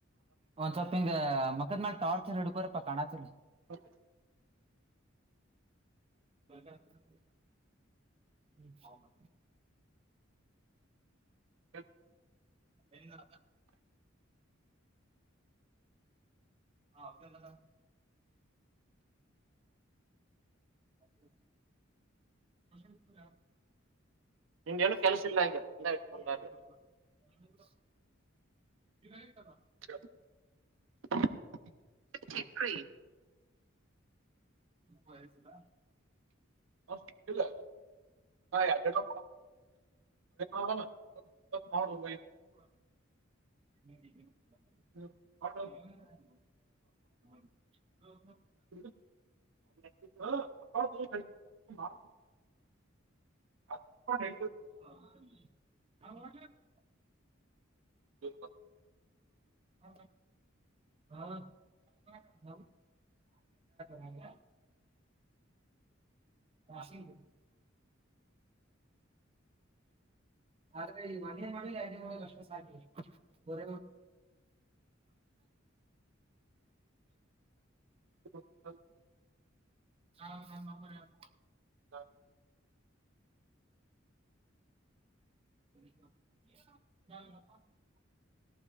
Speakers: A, on the right; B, on the right.
A: ಒಂದ್ ಸ್ವಲ್ಪ ಹಿಂಗ ಮಕದ್ ಮಾಡ ಟಾರ್ಚರ್ ಹಿಡ್ಕೋರಪ್ಪಾ ಕಣಚಲ್ಲಿ
B: ಹಓಞ <unintelligible>
A: ಮ <unintelligible> ಹ್ಮ್ ಹೌ ಮ
B: ಹ <unintelligible>
A: ಹೆರಿಗೆ ಆಯ್ತಾ ಹ ಹದಲ್ಲದ ಹೌ ಮಸಪುರ
B: ನಿಂದೇನು
A: ಸೂಪರ್
B: ಕೆಲಸ ಇಲ್ಲ
A: ಅದ
B: ಈಗ ಇಲ್ಲ ಇಟ್ಕೊಂಡಾಗ
A: ನಮಗೂ ಲೇತ್ತಗಾ
B: ೀ <unintelligible>
A: ಬಯಸದ
B: ಹ ಇಲ ಹ ಅ ಹಾಯ್ ಬ್ರೋ ಹೌದಲ್ಲ ಇತ್ ಮಾಡದು
A: ಹ್ಮ ಹ
B: ಮಾಡು. ಹಾ,
A: <unintelligible>
B: <unintelligible> ಅ ಹೆ
A: ಹ
B: ಹೂ ಅಪ್ಪ
A: ಹಾ ಸಾಕಾಯ್ತೆಪ್ಪ ನನಗೆ ವಾಷಿಂಗ್ ಆದ್ರೆ ಈ ಮನೆೇ ಮಾಡಲಿ ಅನೆೇ ಮಾಡಲಿ ಅಷ್ಟ ಸಾಧ್ಯ ಒರ
B: ಹ ಹ <unintelligible>
A: ಆನ ನಂಬರ್ ಹೇಳು
B: ಹಾ
A: ಹ <unintelligible>